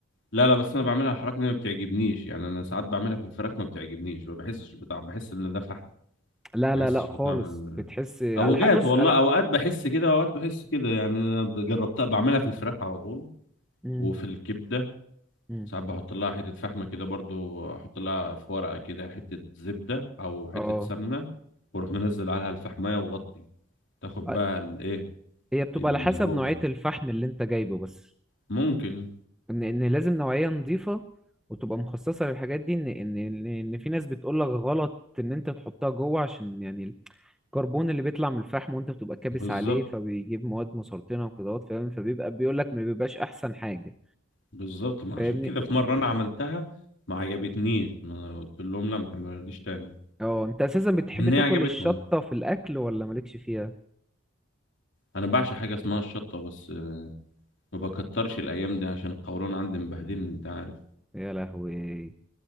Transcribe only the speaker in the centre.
لا
لا
لا
خالص
بتحس على
حق بص
لا
مم،
مم.
اه
آه،
هي بتبقى
على حسب نوعية الفحم اللي انت جايبه بس
ان ان لازم نوعية نظيفة وتبقى مخصصة للحاجات دي ان ان ان إن في ناس بتقولك غلط ان انت تحطها جوه عشان يعني كربون اللي بيطلع من الفحم وانت بتبقى كابس
عليه فبيجيب مواد مسرطنه وكده فاهم فبيبقى بيقول لك ما بيبقاش احسن حاجه
فاهمني
اه انت اساسا بتحب
تاكل
الشطه في الاكل ولا مالكش فيها
يا لهوي